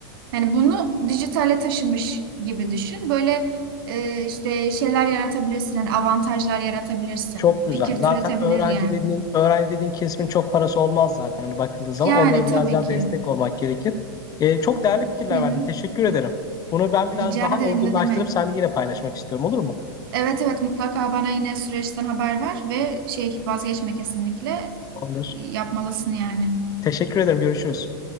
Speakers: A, on the right; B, on the left.
A: Hani bunu dijitale taşımış gibi düşün. Böyle e, işte şeyler yaratabilirsin, hani avantajlar yaratabilirsin.
B: Çok güzel.
A: Fikir
B: Zaten
A: türetebilir
B: öğrenci
A: yani.
B: dediğin, öğrenci dediğin kesimin çok parası olmaz zaten hani bakıldığı zaman.
A: Yani
B: Onlara
A: tabii
B: biraz daha
A: ki.
B: destek olmak gerekir. Ee, çok değerli fikirler
A: Hı hı.
B: verdin. Teşekkür ederim. Bunu ben biraz
A: Rica
B: daha
A: ederim
B: olgunlaştırıp
A: ne demek.
B: seninle yine paylaşmak istiyorum. Olur mu?
A: Evet evet mutlaka bana yine süreçten haber ver ve şey vazgeçme kesinlikle
B: Tamamdır.
A: yapmalısın yani.
B: Teşekkür ederim. Görüşürüz.